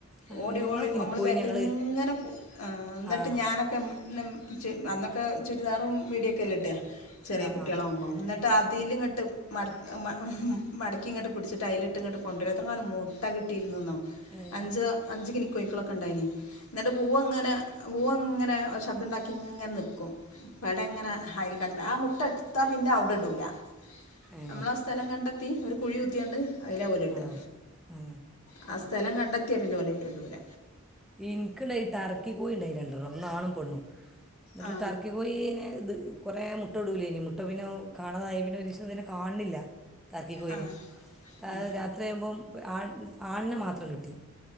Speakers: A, in the centre; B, on the left.
A: ആ
B: ഓടി
A: ഞങ്ങളൊക്കെ
B: ഓടി നമ്മള്
A: ഇനി കോഴി
B: ബേക്കിലിങ്ങനെ
A: ഞങ്ങൾ
B: പോ ആ ന്നട്ട്
A: ആ
B: ഞാനൊക്കെ <unintelligible> ച അന്നൊക്കെ ചുരിദാറും മിഡിയൊക്കെയല്ലേ ഇടാ ചെറിയ
A: ആ
B: കുട്ടികളാകുമ്പോ ന്നട്ട് ട്ടതിലിങ്ങട്ട് മട മട മടക്കി ഇങ്ങട്ട് പിടിച്ചിട്ട് അയിലിട്ട് ഇങ്ങട്ട് കൊണ്ടുരും ത്രങ്ങാനും <unintelligible> മുട്ട കിട്ടിയിരുന്നുന്നോ
A: ഏ
B: അഞ്ച് അഞ്ച് ഗിനി കോഴിക്കളൊക്കെ ഉണ്ടായിന് എന്നിട്ട് പൂവ ഇങ്ങനെ പൂവ ഇങ്ങനെ ശബ്ദംണ്ടാക്കി ഇങ്ങനെ നിക്കും പെട ഇങ്ങനെ അയില് കെടന്ന് ആ മുട്ട എടുത്താ പിന്നെ അവുടെ ഇടുല
A: ഏ
B: നമ്മള സ്ഥലം കണ്ടെത്തി ഒരു കുഴി കുത്തിയണ്ട് അയില ഓല് ഇട്അ
A: ആ ഏ
B: ആ സ്ഥലം കണ്ടെത്തിയ പിന്നോലയിലിടു ല
A: ഇനിക്ക്ണ്ടായി ടറക്കി കോയിണ്ടായി രണ്ടണ്ണം ഒന്നാണും പെണ്ണും ന്നിട്ട്
B: ആ
A: ടർക്കി കോഴീനെ ഇത് കുറെ മുട്ട ഇടുലേനി മുട്ട പിന്ന കാണാതായി പിന്നെ ഒരീസം ഇതിനെ കാണുന്നില്ല ടർക്കി കോയിനേം
B: ആ ആ
A: രാ <unintelligible> ആണ്ആണിന മാത്രം കിട്ടി